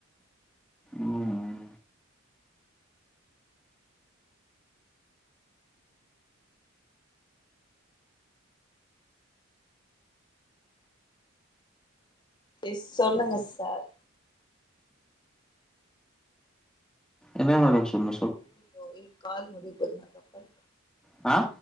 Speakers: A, in the centre; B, on the left (about 20°).
A: ம்
B: எஸ் சொல்லுங்க சார்
A: என்ன மேடம் சொன்
B: <unintelligible> கால் பண்ணிருக்க இந்த நம்பர்
A: அ